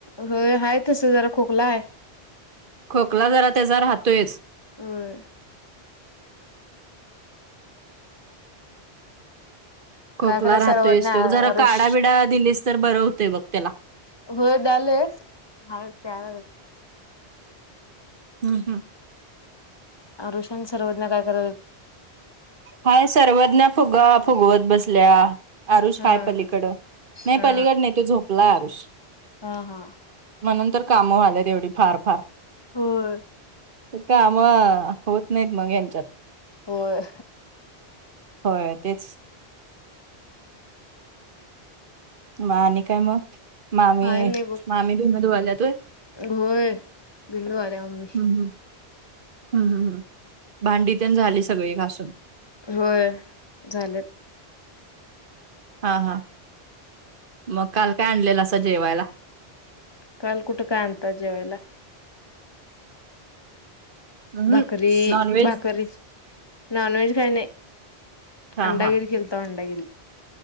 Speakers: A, on the left; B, on the right.
A: व्हयं आहे तसं जरां खोकला आहे.
B: खोकला जरां त्यांचा राहतोय.
A: होयं.
B: खोकला
A: काय कराय
B: राहतोयच
A: सर्वज्ञ आरुष
B: तो जरां कांढा बिडा दिलीस तरं बरं होतंय बघं त्यांला.
A: होय द्यालोय हाय प्यायला.
B: हम्म हम्म.
A: आरुष अन् सर्वज्ञ काय कराल
B: हाय सर्वज्ञा फुगा फुगवत बसल्या. आरुष
A: हा
B: हाय पलीकड नाही
A: हा.
B: पलीकड नाही तो झोपलाय आरुष.
A: हा हा.
B: म्हणून तर कामं व्हाल्यात येवढी फार फार.
A: होय.
B: काम होत नाहीत मग ह्यांच्यात.
A: होय.
B: होय तेच. म आणि काय म मामी
A: काय नाही बघ
B: मामी धुणं धुवाल्यात व्हय.
A: होय धूणं धुवाल्या मम्मी.
B: ह हम् हम् भांडी तेन झाली सगळी घासून.
A: होय झाल.
B: हा हा, म काल काय आणलेलासा जेवायला.
A: काल कुठ काय अत्यांत जेवायला.
B: हम्म
A: भाकरी
B: नॉनव्हेज
A: भाकरीच. नॉनव्हेज काही नाही
B: हा
A: अंडागिरी
B: हा
A: केलतो अंडागिरी.